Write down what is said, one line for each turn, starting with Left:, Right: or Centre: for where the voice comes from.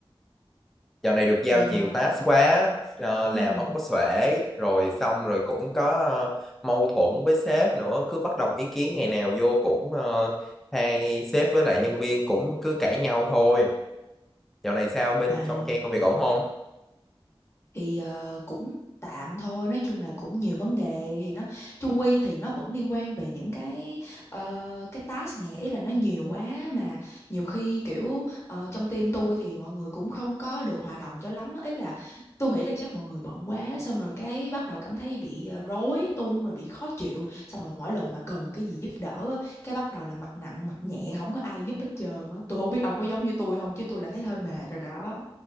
Centre: dạo này được giao
Left: Nhiều
Centre: nhiều
Left: ạ.
Centre: task quá, ờ, làm
Left: Ừ.
Centre: không có xuể, rồi xong rồi cũng có ờ, mâu thuẫn với sếp nữa, cứ bất đồng ý kiến ngày nào vô cũng ờ, hay sếp với lại nhân viên cũng cứ cãi nhau thôi. Dạo này sao bên
Left: À.
Centre: trong Trang công việc ổn không?
Left: thì ờ, cũng tạm thôi nói chung là cũng nhiều vấn đề thì nó chung quy thì nó vẫn liên quan về những cái ờ, cái task này ý là nó nhiều quá mà nhiều khi kiểu ờ, trong team tôi thì mọi người cũng không có được hòa đồng cho lắm á. ý là tôi nghĩ là chắc mọi người bận quá xong rồi cái bắt đầu cảm thấy bị ờ, rối tung rồi bị khó chịu xong rồi mỗi lần mà cần cái gì giúp đỡ á, cái bắt đầu là mặt nặng mặt nhẹ không có ai giúp hết trơn á tôi không biết ông có giống như tôi không chứ tôi là thấy hơi mệt rồi đó